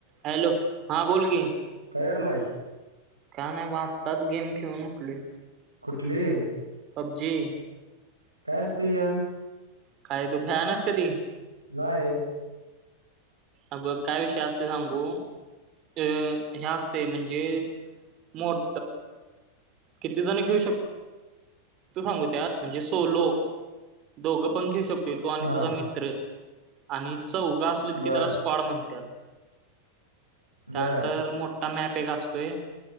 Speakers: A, on the right (about 35°); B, on the right (about 85°).
A: Hello हा बोल के.
B: काय करालायस.
A: काय नाही बा आत्ताच गेम खेळून उठलोय
B: कुठली.
A: पबजी.
B: काय असतं ह
A: काय तू खेळला नाइस कधी.
B: नाही.
A: अ बघ काय विषय असते सांगू अ ह्या असते म्हणजे मोठ किती जण खेळु शकत. तू सांगू त्या म्हणजे सोलो दोघं पण घेऊ शकतो तू आणि
B: हा
A: तुझा मित्र आणि चौघ असं कि
B: बर
A: त्याला स्कोड म्हणतात त्यानंतर
B: बर
A: मोठा मॅप एक असतोय